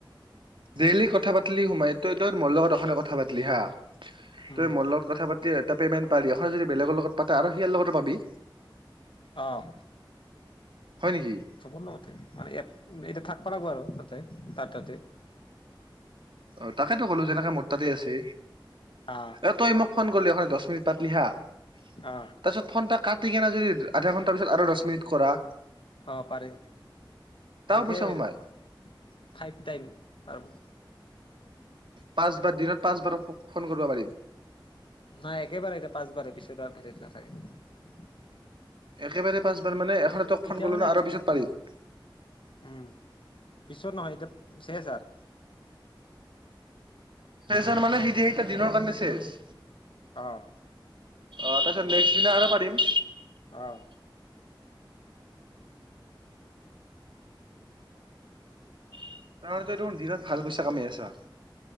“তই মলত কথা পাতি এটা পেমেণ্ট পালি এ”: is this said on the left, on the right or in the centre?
Right